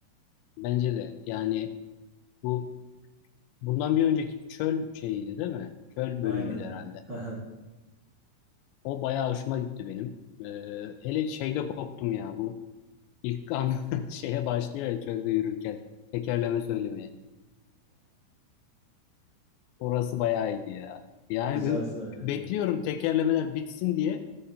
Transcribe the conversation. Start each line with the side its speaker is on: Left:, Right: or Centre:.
Left: Bence de yani bu Bundan bir önceki çöl şeyiydi değil mi? Çöl
Right: Aynen.
Left: bölümüydü herhalde.
Right: <laughs>
Left: O bayağı hoşuma gitti benim. Ee, hele şeyde koptum ya bu ilk an <laughs> şeye başlıyor ya çölde yürürken tekerleme söylemeye. Orası bayağı iyiydi ya. Yani
Right: Güzel
Left: böyle
Right: sahneydi.
Left: bekliyorum tekerlemeler bitsin diye